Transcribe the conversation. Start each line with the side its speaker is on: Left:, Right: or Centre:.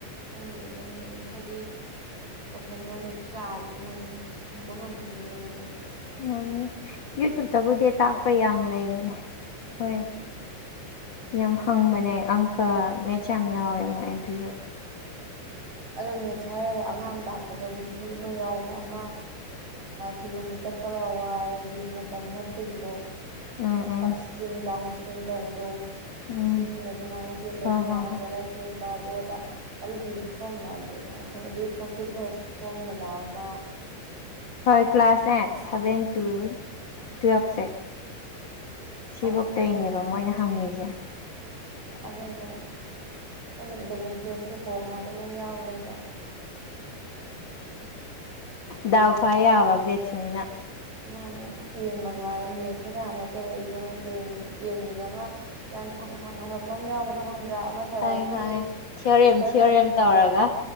Right: ꯈꯟꯕꯨꯗꯤ ꯈꯟꯒꯅꯤ ꯍꯥꯏꯗꯤ ꯀꯣꯏꯁꯟꯗꯣ ꯃꯤꯛꯁ ꯂꯥꯛꯑꯗꯤ ꯃꯣꯏ ꯑꯗꯨꯝ ꯈꯨꯝꯕ ꯉꯝꯈꯤꯅꯦꯕ ꯃꯣꯏꯗꯗꯤ
Left: ꯎꯝ ꯌꯨꯇꯨꯕꯇꯕꯨꯗꯤ ꯇꯥꯛꯄ ꯌꯥꯝ ꯂꯩꯕꯅꯦ ꯍꯣꯏ
Right: ꯎꯝ
Left: ꯌꯥꯝ ꯍꯪꯕꯅꯦ ꯑꯪꯀ ꯃꯦꯠꯁ ꯌꯥꯝ ꯌꯥꯎꯋꯦ ꯃꯣꯏ ꯑꯗꯨꯁꯨ
Right: ꯑꯗꯣ ꯃꯦꯠꯁ ꯍꯥꯏꯔꯒ ꯑꯉꯥꯡ ꯇꯥꯛꯄꯗꯕꯨꯗꯤ ꯍꯤ ꯑꯃ ꯌꯥꯎꯕ ꯑꯃ ꯀꯤꯂꯣꯃꯤꯇꯔ ꯄꯔ ꯑꯋꯥꯔꯒꯤ ꯃꯇꯝ ꯍꯣꯠꯄꯒꯤꯗꯣ
Left: ꯎꯝ um
Right: up stream down stream ꯇꯧꯕꯗꯣ
Left: ꯎꯝ
Right: ꯏꯁꯤꯡꯅ ꯁꯨꯃꯥꯏꯅ ꯆꯦꯜꯂꯁꯨꯨ
Left: ꯍꯣꯏ
Right: ꯃꯥꯡ
Left: ꯍꯣꯏ ꯍꯣꯏ
Right: ꯈꯜꯂ ꯆꯦꯟꯕ ꯑꯗꯨ ꯑꯗ ꯑꯗꯨꯗꯨꯒꯤ ꯐꯣꯔꯃꯨꯂꯥꯥꯁꯦ ꯌꯥꯝ ꯈꯪꯅ ꯑꯗꯩ ꯄ꯭ꯔꯣꯐꯤꯠ ꯂꯣꯁꯀꯤ ꯐꯣꯔꯃꯨꯂꯥ ꯑꯃ
Left: ꯍꯣꯏ ꯀ꯭ꯂꯥꯁꯅꯦ ꯁꯚꯦꯟ ꯇꯨꯋ ꯇꯨꯋꯦꯜꯕꯁꯦ ꯁꯤꯐꯧ
Right: ꯑꯁꯤꯁꯦ
Left: ꯇꯩꯅꯦꯕ ꯃꯣꯏꯅ ꯍꯪꯉꯤꯁꯦ
Right: ꯑꯗꯨꯗꯣ ꯑꯩꯈꯣꯏꯅ ꯏꯂꯚꯦꯟ ꯇꯨꯌꯦꯦꯜꯞꯁꯨ ꯀꯣꯔꯣꯅꯥꯗ ꯂꯣꯏ ꯌꯥꯎꯈ꯭ꯔꯦꯗꯣ
Left: ꯗꯎ ꯈꯍ ꯌꯥꯕ ꯦꯊꯅꯤꯅ
Right: ꯃꯥꯅꯦ ꯇꯦꯟ ꯃꯉꯥꯏꯔꯦ ꯃꯦꯠꯁꯀ ꯈꯔ ꯍꯣꯠꯆꯔꯛꯏꯁꯦ ꯑꯃ ꯇꯦꯟ ꯇꯦꯟꯒꯤꯗ ꯑꯃ ꯌꯥꯝ ꯁꯥꯡꯅ ꯁꯥꯡꯅ ꯍꯣꯠꯄ ꯑꯃ ꯌꯥꯎꯕꯗꯣ ꯍꯪꯕ ꯄꯨꯔꯥ ꯑꯃ ꯑꯩꯈꯣꯏꯒꯤ
Left: ꯈꯪꯉꯦ ꯈꯪꯉꯦ ꯊꯤꯑꯣꯔꯦꯝ
Right: ꯆꯦꯞꯇꯔ
Left: ꯊꯤꯑꯣꯔꯦꯝ
Right: ꯈꯔ
Left: ꯇꯧꯔꯒ